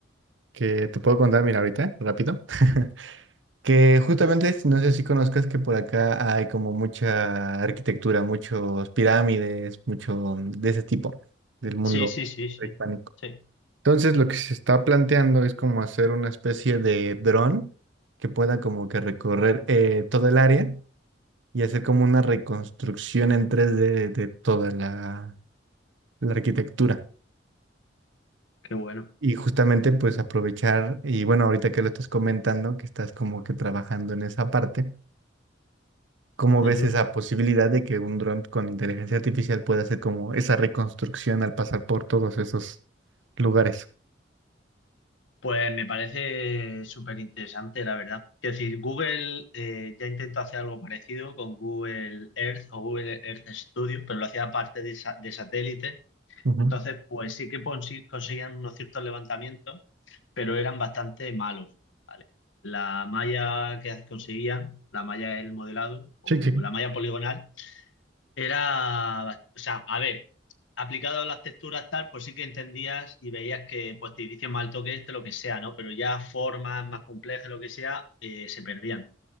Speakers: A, on the right (about 75°); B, on the left (about 80°).
A: que te puedo contar, mira, ahorita, rápido, <laughs> que justamente, si no sé si conozcas que por acá hay como mucha arquitectura, muchos pirámides, mucho de ese tipo del mundo
B: Sí, sí, sí, sí.
A: prehispánico.
B: Sí,
A: Entonces, lo que se está planteando es como hacer una especie de dron que pueda como que recorrer eh, todo el área y hacer como una reconstrucción en 3D de, de toda la la arquitectura.
B: qué bueno.
A: Y justamente pues aprovechar, y bueno, ahorita que lo estás comentando, que estás como que trabajando en esa parte, ¿cómo ves
B: Ujú.
A: esa posibilidad de que un dron con inteligencia artificial pueda hacer como esa reconstrucción al pasar por todos esos lugares?
B: Pues me parece súper interesante, la verdad. Es decir, Google eh, ya intentó hacer algo parecido con Google Earth o Google Earth Studio, pero lo hacía aparte de, sa- de satélite.
A: Ujú.
B: Entonces, pues sí que consi- conseguían unos ciertos levantamientos, pero eran bastante malos, ¿vale? La malla que conseguían, la malla del modelado o
A: Sí, sí.
B: la malla poligonal, era, bast- o sea, a ver, aplicado a las texturas tal, pues sí que entendías y veías que pues te dicen mal toque este, lo que sea, ¿no? Pero ya formas más complejas, lo que sea, eh, se perdían.